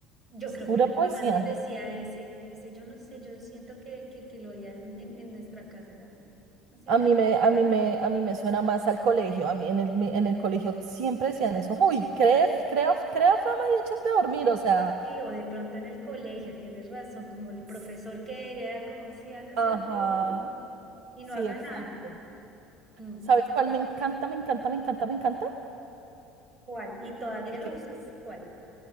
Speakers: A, on the right; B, on the right.
A: yo
B: es
A: creo
B: pura
A: que mi
B: poesía.
A: mamá nos decía ese, ese yo no sé, yo siento que, que, que lo oía en, en- en nuestra casa, era así,
B: A
A: creo
B: mí me,
A: que
B: a
A: me-
B: mí me, a mí me suena más al colegio. A mí en el, me- en el colegio siempre decían eso. Uy, crea, crea, crea fama y échate a dormir. O sea,
A: sí, o de pronto en el colegio, tienes razón, como el profesor
B: sí.
A: que era como si hagas
B: Ajá.
A: el bobo y, y
B: Sí,
A: no haga
B: exacto.
A: nada. Mm,
B: ¿Sabes cuál me encanta, me encanta, me encanta, me encanta?
A: ¿Cuál? ¿Y todavía
B: ¿El
A: lo
B: qué?
A: usas? ¿Cuál?